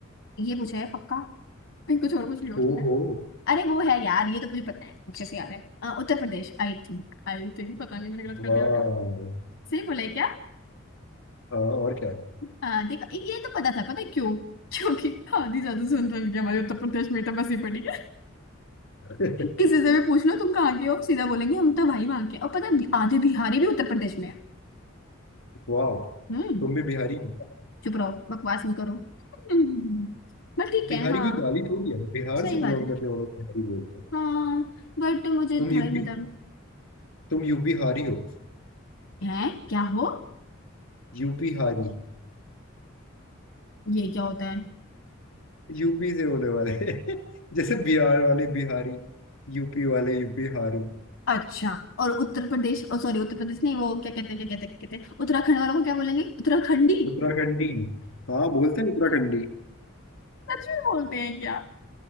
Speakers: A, on the left (about 70°); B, on the left (about 85°).
A: ये पूछा है पक्का फिर कुछ और पूछ लिया
B: हो
A: तुमने
B: हो
A: अरे वो है यार ये तो मुझे पता है अच्छे से याद है अ, Uttar Pradesh I think I think पता नहीं मैंने गलत
B: वाह
A: कर दिया क्या सही बोला है क्या
B: हाँ और क्या
A: आ, देखो ये तो पता था पता है क्यों क्योंकि आधी ज्यादा सुन रही हमारे उत्तर प्रदेश में तो बसी पड़ी
B: <laughs>
A: किसी से भी पूछ लो तुम कहाँ के हो सीधा बोलेंगे हम तो भाई वहां के हैं। और पता है बि- आधे बिहारी भी उत्तर प्रदेश में है
B: वाह
A: हम्म
B: तुम भी बिहारी हो
A: चुप रहो बकवास नहीं करो <laughs> हम्म, बट ठीक
B: बिहारी
A: है हाँ
B: कोई गाली थोड़ी है बिहार
A: सही
B: से बिलोंग
A: बात है
B: करने वालों को बिहारी बोलते हैं
A: हाँ बट मुझे
B: तुम यूपी
A: थोड़े मतलब
B: तुम यूपी हारी हो
A: है क्या हो
B: यूपी हारी
A: ये क्या होता है
B: यूपी से होने वाले <laughs> जैसे बिहार वाले बिहारी यूपी वाले यूपी हारी
A: अच्छा और उत्तर प्रदेश ओ सॉरी उत्तर प्रदेश नहीं वो क्या कहते हैं क्या कहते हैं क्या कहते हैं उत्तराखंड वालों को क्या बोलेंगे उत्तराखंडी
B: उत्तराखंडी हाँ बोलते हैं उत्तराखंडी
A: सच में बोलते हैं क्या?